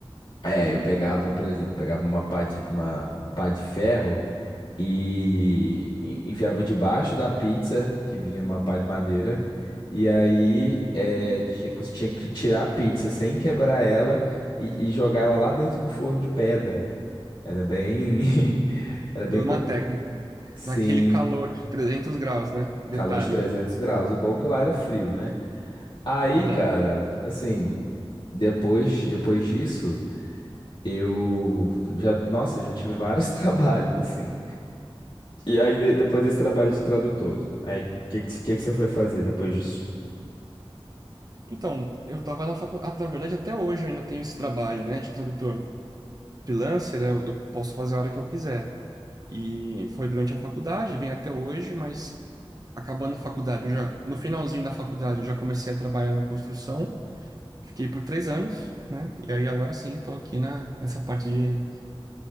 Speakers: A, on the left; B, on the right.
A: É, eu pegava, por exemplo, pegava uma pá de, uma pá de ferro e e enfiava debaixo da pizza que vinha numa pá de madeira. E aí é, tinha, você tinha que tirar a pizza sem quebrar ela e, e jogar ela lá dentro do forno de pedra. Era bem. <laughs> Era bem.
B: Toda
A: com-
B: uma técnica.
A: Sim,
B: Naquele calor de 300 graus, né? Detalhe.
A: calor de 300 graus. O bom é que lá era frio, né? Aí,
B: Verdade.
A: cara, assim, depois, depois disso, eu já. Nossa, já tive vários <laughs> trabalhos, assim. E aí, de- depois desse trabalho de tradutor, aí o que, que, que que você foi fazer depois disso?
B: Então, eu tava na faculdade. na verdade, até hoje eu ainda tenho esse trabalho, né, de tradutor. Freelancer, eu, eu posso fazer a hora que eu quiser. E foi durante a faculdade, vem até hoje, mas acabando a faculdade, eu já, no finalzinho da faculdade, eu já comecei a trabalhar na construção. Fiquei por três anos, né? E aí agora sim, estou aqui na, nessa parte de,